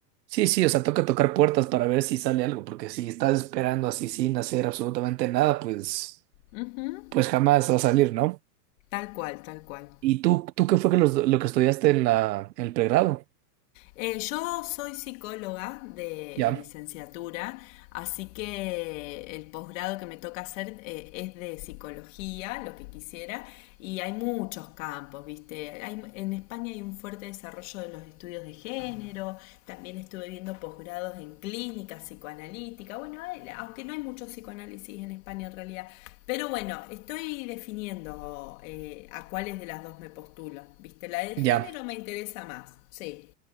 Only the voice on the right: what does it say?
sí, sí, o sea, toca tocar puertas para ver si sale algo, porque si estás esperando así sin hacer absolutamente nada, pues,
pues jamás va a salir, ¿no?
¿Y tú, tú qué fue que los- lo que estudiaste en la, en el pregrado?
Ya,
ya.